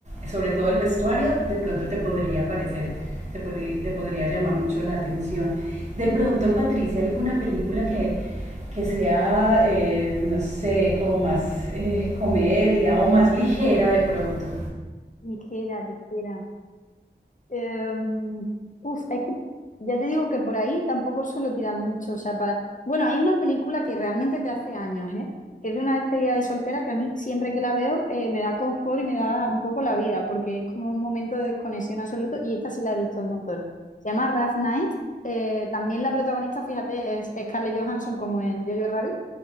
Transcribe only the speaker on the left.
Ligera, ligera. Em, uf, es que ya te digo que por ahí tampoco suelo tirar mucho. O sea, para. Bueno, hay una película que realmente es de hace años, ¿eh? Que es de una despedida de soltera que a mí siempre que la veo eh, me da confort y me da un poco la vida, porque es como un momento de desconexión absoluto y esta sí la he visto un montón. Se llama Rough Night. Eh, también la protagonista, fíjate, es Scarlett Johansson como en Jojo Rabbit.